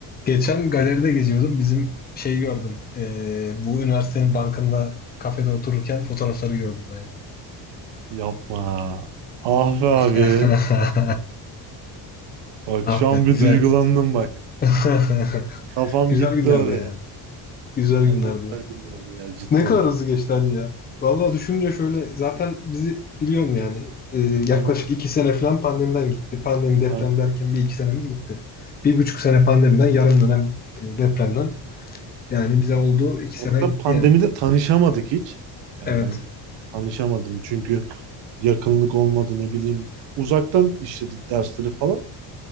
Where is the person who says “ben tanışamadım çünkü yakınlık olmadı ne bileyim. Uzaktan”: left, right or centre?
Right